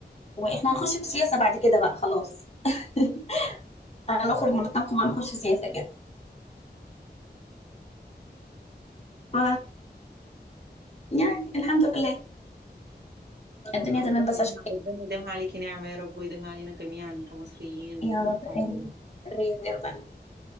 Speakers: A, on the left; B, on the right.
A: واحنا هنخش في سياسة بعد كده بقى خلاص <laughs> هنخرج من الطبخ وهنخش سياسة كده ف يعني الحمد لله الدنيا
B: يلا ربنا
A: تمام بس
B: يديمها
A: عشان
B: ربنا يديمها عليكي نعمة يا رب ويديمها علينا جميعا كمصريين
A: يا رب
B: عموما
A: آمين. آمين يا رب آمين.